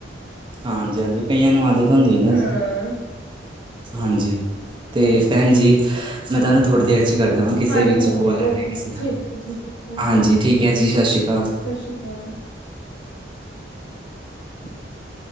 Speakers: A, on the right; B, on the left.
A: ਹਾਂਜੀ ਹਾਂਜੀ ਕਈਆਂ ਨੂੰ ਆਦਤ ਹੁੰਦੀ ਹੈ ਨਾ।
B: ਹਾਂ
A: ਹਾਂਜੀ ਤੇ ਭੈਣ ਜੀ ਮੈਂ ਤੁਹਾਨੂੰ ਥੋੜੀ ਦੇਰ 'ਚ। ਕਰਦਾ ਵਾਂ ਕਿਸੇ
B: ਹਾਂਜੀ
A: ਵਿੱਚ
B: ਹਾਂਜੀ
A: ਕੋਲ
B: ਓਕੇ
A: ਆ ਰਿਹਾ ਕਿਸੇ ਦਾ
B: ਠੀਕ ਹੈ ਠੀਕ ਹੈ ਓਕੇ
A: ਹਾਂਜੀ ਠੀਕ ਹੈ ਜੀ ਸਤਿ ਸ਼੍ਰੀ ਅਕਾਲ।
B: ਸਤਿ ਸ਼੍ਰੀ ਅਕਾਲ। <inaudible>